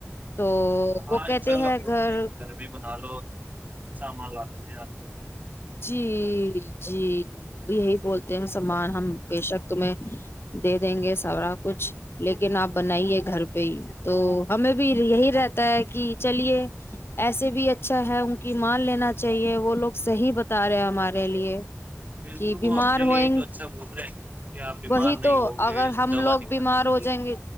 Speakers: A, on the left; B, on the right.
A: تو
B: ہاں
A: وہ کہتے
B: انشاء اللہ بولتے
A: گھر
B: ہیں کہ گرمی بنا لو سامان لا دیتے آج تو
A: جی جی یہی بولتے ہیں سمان ہم بے شک تمیں دے دیں گے سارا کچھ لیکن آپ بنائیے گھر پہ ہی تو ہمیں بھی یہی رہتا ہے کہ چلیے ایسے بھی اچھا ہے ان کی مان لینا چاہیے وہ لوگ صحیح تارے ہمارے لیے
B: بالکل
A: کہ بیمار
B: وہ اپنے لیے
A: ہوئیں
B: تو اچھا بول رہے ہیں کہ آپ بیمار
A: وہی
B: نہیں
A: تو
B: ہوگے
A: اگر ہم
B: دوا
A: لوگ
B: نہیں
A: بیمار
B: کھانی پڑے
A: ہو جائیں
B: گی
A: گے